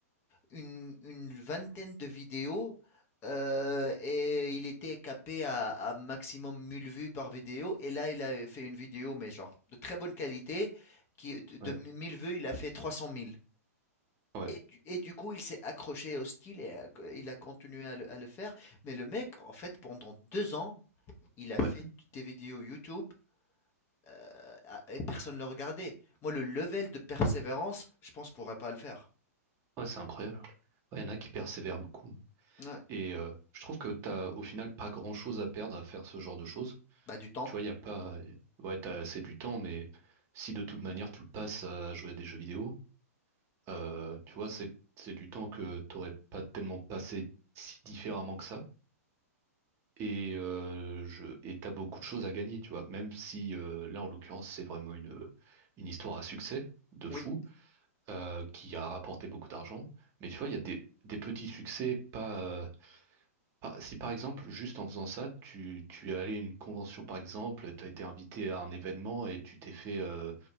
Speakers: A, on the left; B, on the right.
A: une, une vingtaine de vidéos euh, et il était capé à, à maximum 1000 vues par vidéo. Et là, il a fait une vidéo, mais genre de très bonne qualité, qui de, de
B: ouais,
A: 1000 vues, il a fait 300 000.
B: ouais,
A: Et du, et du coup, il s'est accroché au style et a- il a continué à le, à le faire. Mais le mec, en fait, pendant deux ans, il a
B: ouais,
A: fait des vidéos YouTube euh, à- et personne ne le regardait. Moi, le level de persévérance, je pense, je pourrais pas le faire.
B: ouais, c'est incroyable. Ouais, il y en a qui persévèrent beaucoup.
A: Ouais.
B: Et euh, je trouve que t'as au final pas grand-chose à perdre à faire ce genre de choses.
A: Bah, du temps.
B: Tu vois, il y a pas... Ouais, t'as assez du temps, mais si de toute manière tu le passes à jouer à des jeux vidéo, Euh, tu vois, c'est c'est du temps que t'aurais pas tellement passé si différemment que ça. Et euh, je et t'as beaucoup de choses à gagner, tu vois. Même si euh, là, en l'occurrence, c'est vraiment une une histoire à succès de
A: Oui,
B: fou euh, qui a rapporté beaucoup d'argent. Mais tu vois, il y a des des petits succès, pas par- Si par exemple, juste en faisant ça, tu, tu es allé à une convention par exemple, tu as été invité à un événement et tu t'es fait, euh,